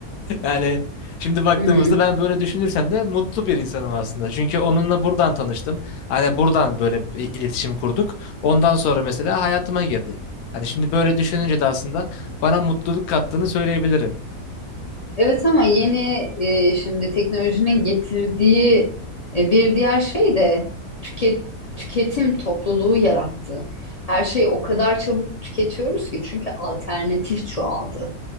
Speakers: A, on the left; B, on the left.
A: Yani şimdi baktığımızda
B: Hı hı.
A: ben böyle düşünürsem de mutlu bir insanım aslında. Çünkü onunla buradan tanıştım. Hani buradan böyle bir iletişim kurduk. Ondan sonra mesela hayatıma girdi. Hani şimdi böyle düşününce de aslında bana mutluluk kattığını söyleyebilirim.
B: Evet ama yeni e, şimdi teknolojinin getirdiği e, bir diğer şey de tüket, tüketim topluluğu yarattı. Her şeyi o kadar çabuk tüketiyoruz ki çünkü alternatif çoğaldı.